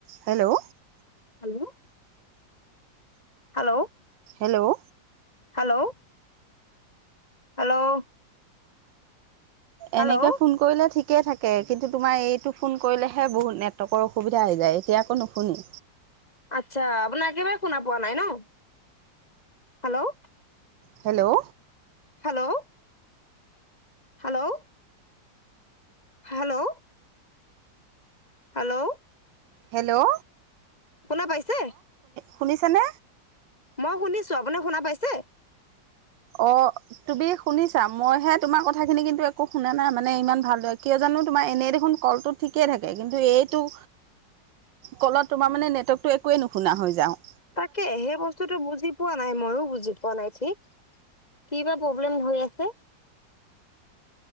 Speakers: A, on the right; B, on the left.
A: হেল্ল'
B: Hello hello
A: hello
B: hello hello hello
A: এনেকে phone কৰিলে ঠিক ঠিকে থাকে কিন্তু তোমাৰ এইটো ফোন কৰিলেহে বহুত নেটৱৰ্কৰ অসুবিধা হৈ যায় এতিয়া আকো নুশুনে
B: আচ্ছা আপোনাৰ একেবাৰে শুনা পোৱা নাই ন hello
A: hello
B: hello hello hello hello
A: hello
B: শোনা পাইছে
A: শুনিছনে
B: মই শুনিছো আপোনি শুনা পাইছে
A: অ তুমি শুনিছা? মইহে তোমাৰ কথা খিনি কিন্তু একো শুনা নাই মানে ইমান ভালদৰে, কিয় জানো? তোমাৰ এনেই দেখোন কলটো ঠিকে থাকে, কিন্তু এইটো
B: <inaudible>
A: কলত তোমাৰ মানে নেটৱৰ্কটো একোৱেই নুশুনা হৈ যাও।
B: তাকে সেই বস্তুটো বুজি পোৱা নাই, ময়ো বুজি বনাই সি, কি বা প্ৰব্লেম হৈ আছে?